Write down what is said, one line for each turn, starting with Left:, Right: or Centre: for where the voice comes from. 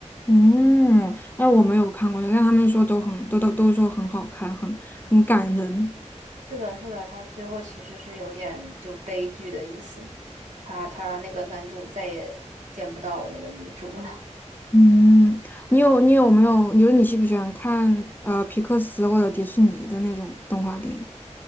Left: 嗯，哎，我没有看过，但他们说都很都都都说很好看，很很感人。
Right: 是的，是的，他最后其实是有点就悲剧的意思，他他那个男主再也见不到那个女主了。
Left: 嗯，你有你有没有？你说你喜不喜欢看呃皮克斯或者迪士尼的那种动画电影？